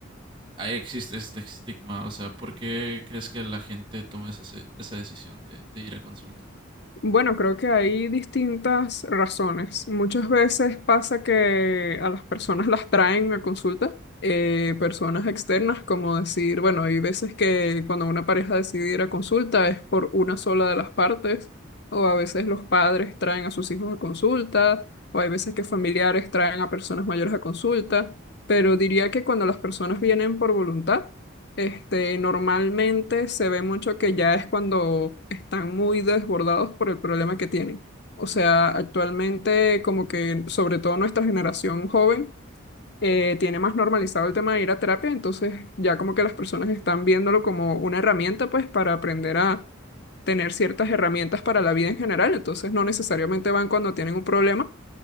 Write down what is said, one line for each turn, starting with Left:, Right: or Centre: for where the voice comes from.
Right: ahí existe este estigma. O sea, ¿por qué crees que la gente toma esa, se- esa decisión de, de ir a consulta?
Left: Bueno, creo que hay distintas razones. Muchas veces pasa que a las personas <laughs> las traen a consulta, eh, personas externas, como decir, bueno, hay veces que cuando una pareja decide ir a consulta es por una sola de las partes, o a veces los padres traen a sus hijos a consulta, o hay veces que familiares traen a personas mayores a consulta, pero diría que cuando las personas vienen por voluntad, este, normalmente se ve mucho que ya es cuando están muy desbordados por el problema que tienen. O sea, actualmente como que sobre todo nuestra generación joven eh, tiene más normalizado el tema de ir a terapia, entonces ya como que las personas están viéndolo como una herramienta pues para aprender a tener ciertas herramientas para la vida en general, entonces no necesariamente van cuando tienen un problema